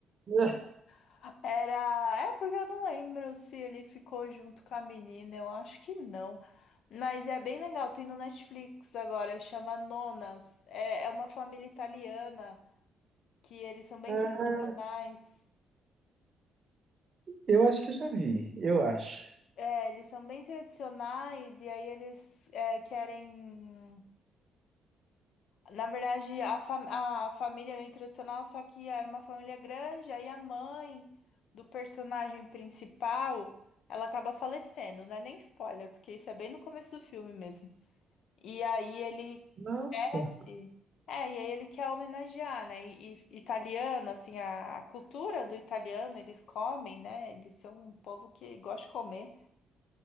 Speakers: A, on the right (about 45°); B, on the left (about 70°).
A: <laughs>
B: <laughs> era. É porque eu não lembro se ele ficou junto com a menina, eu acho que não. Mas é bem legal, tem no Netflix agora, chama Nonas. É, é uma família italiana que eles são bem
A: Ah,
B: tradicionais.
A: Eu acho que eu já vi, eu acho.
B: É, eles são bem tradicionais e aí eles é, querem. Na verdade, a, fam- a família é tradicional, só que era uma família grande, aí a mãe do personagem principal, ela acaba falecendo, não é nem spoiler, porque isso é bem no começo do filme mesmo. E aí ele
A: Nossa.
B: cresce, é, e aí ele quer homenagear, né? E, e italiano, assim, a, a cultura do italiano, eles comem, né? Eles são um povo que gosta de comer.